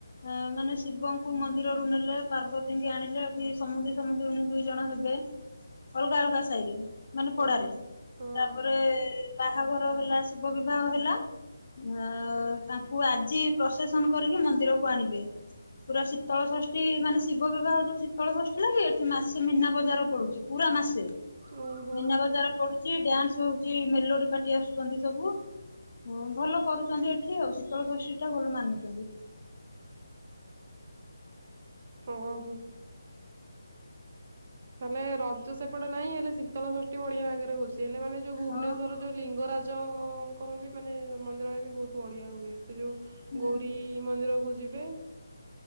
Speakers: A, on the left; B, on the right.
A: ଅଁ ମାନେ ଶିବଙ୍କୁ ମନ୍ଦିରରୁ ନେଲେ ପାର୍ବତୀଙ୍କୀ ଆଣିଲେ ଏଠି ସମୁଦି ତମ ଦୁ ଦୁଇ ଜଣ ହେବେ ଅଲଗା ଅଲଗା ସାହି ରେ ମାନେ
B: ହଁ
A: ପଡାରେ
B: ହଁ
A: ତାପରେ ବାହାଘର ହେଲା ଶିବ ବିବାହ ହେଲା ଅ ତାଙ୍କୁ ଆଜି ପ୍ରସେସନ କରିକି ମନ୍ଦିରକୁ ଆଣିବେ। ପୁରା ଶୀତଳ ଷଷ୍ଠୀ ମାନେ ଶିବ ବିବାହ ଯୋଉ ଶୀତଳ ଷଷ୍ଠୀ ଲାଗେ ଏଠି ମାସେ ମୀନା ବଜ଼ାର ପୁଛି ପୁରା ମାସେ
B: ଓହୋ
A: ମୀନା ବଜାର ପୁଡୁଛି ଡ୍ୟାନ୍ସ ହଉଛି ମେଲୋଡି ପାର୍ଟି ଆସୁଛନ୍ତି। ସବୁ ଭଲ କରୁଛନ୍ତି ଏଠି ଆଉ ଶୀତଳ ଷଷ୍ଠୀ ଟା ଭଲ ମାନୁଛନ୍ତି।
B: ଓ ହୋ। ତାହାଲେ ରଜ ସେପଟେ ନାହିଁ। ହେଲେ ଶୀତଳ ଷଷ୍ଠୀ ବଢିଆ ବାଗରେ ହଉଛି। ସେ ହେଲେ ମାନେ ଯୋଉ ଭୁବନେଶ୍ୱଵର
A: ହଁ
B: ଯୋଉ ଲିଙ୍ଗରାଜଙ୍କର ବି ମାନେ ମନ୍ଦିର ବି ବହୁତ ବଢିଆ ହୁଏ। ସେ ଯୋଉ
A: ହୁଁ
B: ଗୌରୀ ମନ୍ଦିରକୁ ଯିବେ।